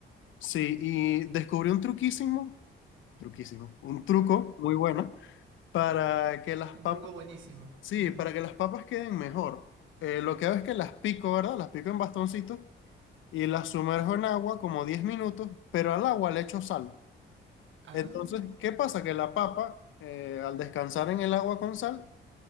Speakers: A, on the left; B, on the right.
A: sí, y descubrí un truquísimo, truquísimo, un truco muy bueno Para que las
B: Un
A: papas,
B: truco buenísimo.
A: sí,
B: <laughs>
A: para que las papas queden mejor. eh, lo que hago es que las pico, ¿verdad? Las pico en bastoncitos y las sumerjo en agua como 10 minutos, pero al agua le echo sal.
B: ah.
A: Entonces, ¿qué pasa? Que la papa, eh, al descansar en el agua con sal,